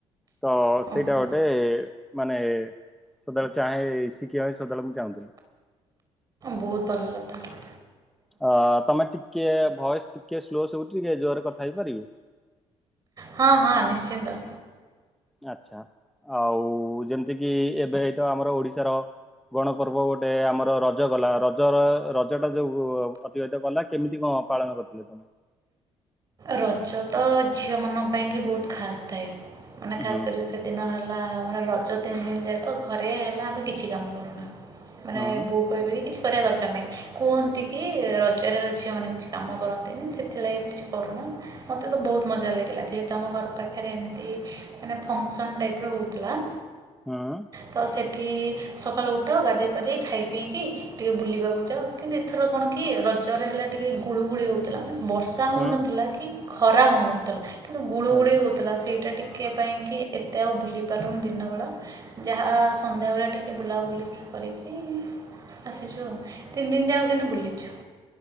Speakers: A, in the centre; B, on the right.
A: ତ ସେଇଟା
B: ଓହୋ
A: ଗୋଟେ ମାନେ ସଦାବେଳେ ଚାହେଁ ଶିଖିବା ପାଇଁ ସଦାବେଳେ ମୁଁ ଚାହୁଁଥିଲି।
B: ବହୁତ ଭଲ କଥା।
A: ଅ ତମେ ଟିକେ ଭଏସ ଟିକେ ସ୍ଲୋ ସବୁଚି ଟିକେ ଜୋରରେ କଥା ହେଇପାରିବ।
B: ହଁ ହଁ ନିଶ୍ଚିନ୍ତ।
A: ଆଛା ଆଉ ଯେମିତି କିି ଏବେ ଏତ ଆମର ଓଡିଶାର ଗଣପର୍ବ ଗୋଟେ ଆମର ରଜ ଗଲା ରଜର ରଜଟା ଯୋଉ ଲା କେମିତି କ ପାଳନ କରିଥିଲେ?
B: ରଜ ତ ଝିଅ ମାନଙ୍କ ପାଇଁକି ବହୁତ ଖାସ୍ ଥାଏ ମାନେ
A: ହୁଁ
B: ଖାସ୍ କରି ସେ ଦିନ ହେଲା ମାନେ ରଜ ତିନି ଦିନ ଯାକ ଘରେ ହେଲା ଆମେ କିଛି କାମ କରୁନା। ମାନେ
A: ହୁଁ
B: ବୁ କହିବେ କିଛି କରିବା ଦରକାର ନାହିଁ, କୁହନ୍ତି କି ରଜରେ ଝିଅମାନେ କିଛି କାମ କରନ୍ତିନି ସେଥିଲାଗି କି କରୁନା ମୋତେ ତ ବହୁତ ମଜା ଲାଗିଲା ଯେହେତୁ ଆମ ଘର ପାଖରେ ଏମିତି ମାନେ ଫଙ୍କସନ୍ ଟାଇପର ହଉଥିଲା।
A: ହଁ।
B: ତ ସେଠି ସକାଳୁ ଉଠ ଗାଧୋଇ ପାାଧୋଇ ଖାଇ ପିଇକି ଟିକେ ବୁଲିବାକୁ ଯାଅ। କିନ୍ତୁ ଏଥର କଣ କି ରଜରେ ହେଲା ଟିକେ ଗୁଳୁଗୁଳି ହେଉଥିଲା ବର୍ଷା ବଷା ହେଉନଥିଲା
A: ହୁଁ
B: କି ଖରା ହେଉନଥିଲା କିନ୍ତୁ ଗୁଳୁଗୁଳି
A: ହୁଁ
B: ହେଉଥିଲା ସେଇଟା ଟିକେ କେ ପାଇଁ କି ଏତେ ଆଉ ବୁଲି ପାରୁନି ଦିନ ବେଳା ଯାହା ସନ୍ଧ୍ୟାବେଳେ ଟିକେ ବୁଲାବୁଲି କରିକି ଆସିଛୁ ଆଉ ତିନି ଦିନ ଯାକ କିନ୍ତୁ ବୁଲିଛୁ।